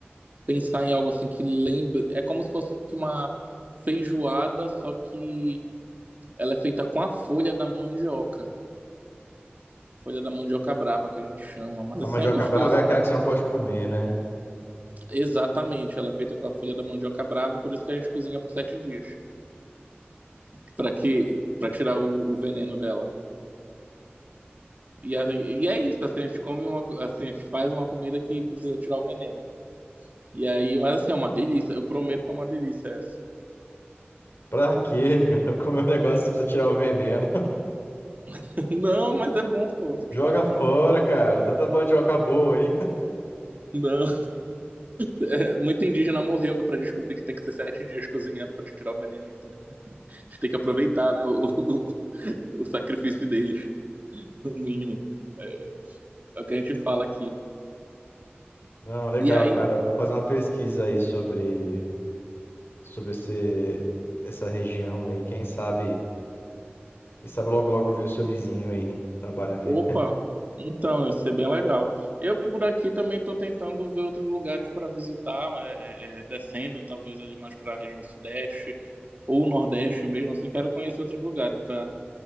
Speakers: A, on the right (about 40°); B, on the left (about 70°).
A: pensar em algo assim que lembre. É como se fosse uma feijoada, só que ela é feita com a folha da mandioca. Folha da mandioca brava que a gente chama. Mas
B: A
A: assim
B: mandioca
A: é gostoso,
B: brava é aquela
A: cara.
B: que você não pode comer, né?
A: Exatamente. Ela é feita com a folha da mandioca brava, por isso que a gente cozinha por sete dias. Pra que... para tirar o o veneno dela. E, a- e é isso, assim, a gente come uma, co- assim, a gente faz uma comida que precisa tirar o veneno. E aí, mas assim, é uma delícia. Eu prometo que é uma delícia essa.
B: Pra quê, cara? <laughs> Comer um negócio que você precisa tirar o veneno.
A: <laughs> Não, mas é bom, pô,
B: <laughs>
A: tô te
B: Joga
A: falando.
B: fora, cara. Tanta mandioca boa aí.
A: Não. É, muito indígena morreu pra descobrir que tem que ser sete dias cozinhando pra tirar o veneno, então a gente tem que aproveitar, né, o, o, o sacrifício deles, no mínimo. É, é o que a gente fala aqui.
B: Não, legal,
A: E aí.
B: cara. Eu Vou fazer uma pesquisa aí sobre, sobre esse, essa região aí. Quem sabe, quem sabe logo logo eu vi o seu vizinho aí trabalhando
A: Opa,
B: aí. <laughs>
A: então, isso é bem legal. Eu por aqui também estou tentando ver outros lugares para visitar, é, é, é, descendo talvez ali mais para a região sudeste ou nordeste mesmo, assim, quero conhecer outros lugares para